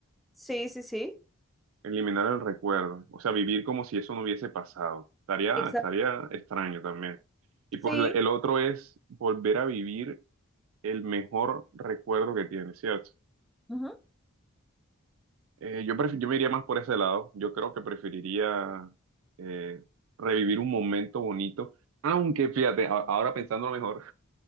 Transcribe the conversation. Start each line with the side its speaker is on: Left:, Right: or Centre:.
Centre: Sí, sí, sí.
Right: eliminar el recuerdo, o sea, vivir como si eso no hubiese pasado. Estaría,
Centre: Exacto.
Right: estaría extraño también. Y pues
Centre: Sí.
Right: le- el otro es volver a vivir el mejor recuerdo que tienes, ¿cierto?
Centre: Ujú.
Right: Eh, yo, prefi- yo me iría más por ese lado. Yo creo que preferiría eh, revivir un momento bonito. Aunque fíjate, a- ahora pensándolo mejor,